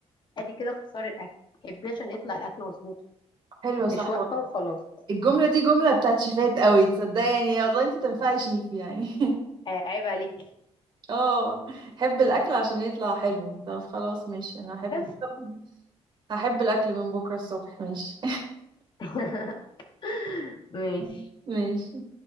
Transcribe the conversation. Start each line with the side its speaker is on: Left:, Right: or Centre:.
Left: ادي كده اختصار الاكل حبيه عشان يطلع الاكل مظبوط
Right: حلوة
Left: مش
Right: صح
Left: واقفه
Right: والله
Left: وخلاص
Right: الجملة دي جملة بتاعت شيفات قوي تصدقي يعني والله انت تنفعي شيف يعني
Left: آه، عيب عليكي
Right: <laughs> اه حب الاكل عشان يطلع حلو طب خلاص ماشي انا احب
Left: بس
Right: طب هحب الاكل من بكرة الصبح ماشي
Left: <laughs> ماشي
Right: <laughs> ماشي